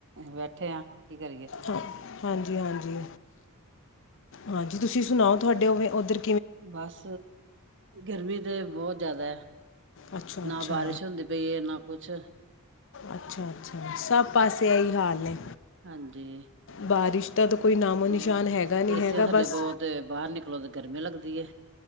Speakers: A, on the right; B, on the left.
A: ਬੈਠੇ ਆਂ, ਕੀ ਕਰੀਏ?
B: ਹਾਂ ਹਾਂਜੀ ਹਾਂਜੀ ਹਾਂਜੀ, ਤੁਸੀਂ ਸੁਣਾਓ ਤੁਹਾਡੇ ਓਵੇਂ ਓਧਰ
A: ਬਸ ਗਰਮੀ ਤੇ ਬੋਤ ਜ਼ਾਦਾ।
B: ਅੱਛਾ
A: ਨਾ
B: ਅੱਛਾ
A: ਬਾਰਿਸ਼ ਹੁੰਦੀ ਪਈ ਏ, ਨਾ ਕੁਛ।
B: ਅੱਛਾ-ਅੱਛਾ ਸਭ ਪਾਸੇ ਐ ਈ ਹਾਲ ਨੇ।
A: ਹਾਂਜੀ
B: ਬਾਰਿਸ਼ ਦਾ ਤਾਂ ਕੋਈ ਨਾਮੋ-ਨਿਸ਼ਾਨ
A: ਹੋਰ
B: ਹੈਗਾ ਨੀ,
A: ਏਸੀਆਂ
B: ਹੈਗਾ
A: ਥੱਲੇ
B: ਬਸ।
A: ਬੋ ਤੇ ਬਾਰ ਨਿਕਲੋ ਤੇ ਗਰਮੀ ਲੱਗਦੀ ਏ।